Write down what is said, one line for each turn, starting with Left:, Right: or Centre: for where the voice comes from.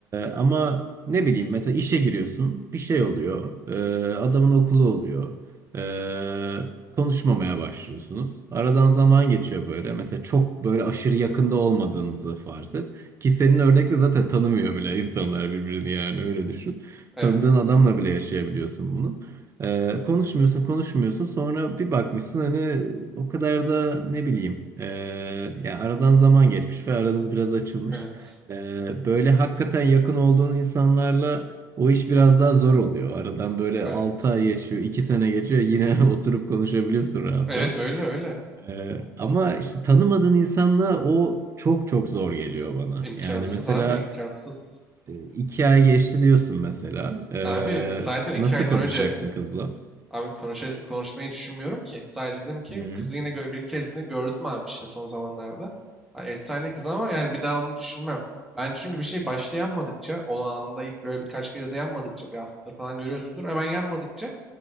Right: ama ne bileyim mesela işe giriyorsun. Bir şey oluyor. e, adamın okulu oluyor. E, konuşmamaya başlıyorsunuz. Aradan zaman geçiyor böyle. Mesela çok böyle aşırı yakında olmadığınızı farz et. Ki senin örnekte zaten tanımıyor bile insanlar birbirini yani öyle düşün.
Centre: Evet.
Right: Tanıdığın adamla bile yaşayabiliyorsun bunu. Ee, konuşmuyorsun konuşmuyorsun sonra bir bakmışsın hani o kadar da ne bileyim ee, ya aradan zaman geçmiş ve aranız biraz açılmış.
Centre: Evet.
Right: Ee, böyle hakikaten yakın olduğun insanlarla o iş biraz daha zor oluyor. Aradan böyle
Centre: Evet.
Right: 6 ay geçiyor 2 sene geçiyor yine <laughs> oturup konuşabiliyorsun rahat
Centre: Evet
Right: rahat.
Centre: öyle öyle.
Right: Ee, ama işte tanımadığın insanla o çok çok zor geliyor bana.
Centre: İmkansız
Right: Yani mesela
Centre: abi imkansız.
Right: e, iki ay geçti diyorsun mesela. Ee,
Centre: Abi zaten iki
Right: nasıl
Centre: aydan
Right: konuşacaksın
Centre: önce
Right: kızla?
Centre: Abi konuşa, konuşmayı düşünmüyorum ki. Sadece dedim ki
Right: Hı.
Centre: kızı yine gö- bir kez de gördüm abi işte son zamanlarda. Ha, efsane kız ama yani bir daha onu düşünmem. Ben çünkü bir şey başta yapmadıkça, onu anında ilk böyle birkaç kez de yapmadıkça, bir hafta falan görüyorsundur. Hemen yapmadıkça